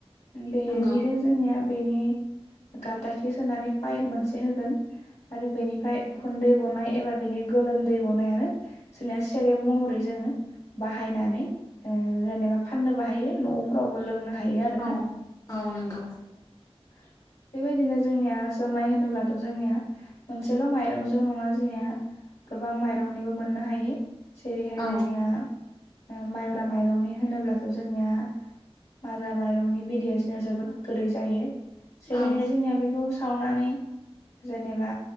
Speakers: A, on the left; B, on the left.
A: बेनिदों
B: नंगौ
A: जोंनिया बेनि गा दाखि सोनानै पाइप मोनसे होगोन आरो बेनि फाय उखुन्दै गनाय एबा बेनि गोलोम दै गनायानो जोंनिया सेरेब महरै जोङो बाहायनानै ओ जेनेबा फाननोबो बाहायो न'फोरावबो लोंनो हायो आरोना
B: औ औ नोंगौ
A: <inaudible> बेबायदिनो जोंनिया जोमाय होनोब्लाथ' जोंनिया मोनसेल' माइरंजों नङा जोंनिया गोबां माइरंनिबो मोननो हायो जेरैहाय
B: औ
A: जोंनिया ओ माइब्रा माइरंनि होनोब्लाथ' जोंना माइब्रा माइरंनि बिदैया जोंना जोबोद गोदै जायो जेरैहाय
B: औ
A: जोंनिया बेखौ सावनानै जेनेबा